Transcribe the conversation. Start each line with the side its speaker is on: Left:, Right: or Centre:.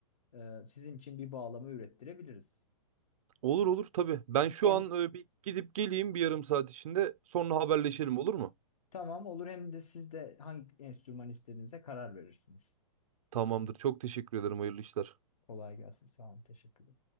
Left: e, sizin için bir bağlama ürettirebiliriz.
Right: Olur olur tabii. Ben şu
Left: Hem
Right: an e, bir gidip geleyim bir yarım saat içinde. Sonra haberleşelim olur mu?
Left: tamam olur hem de siz de hangi enstrüman istediğinize karar verirsiniz.
Right: Tamamdır. Çok teşekkür ederim. Hayırlı işler.
Left: Kolay gelsin. Sağ olun. Teşekkürler.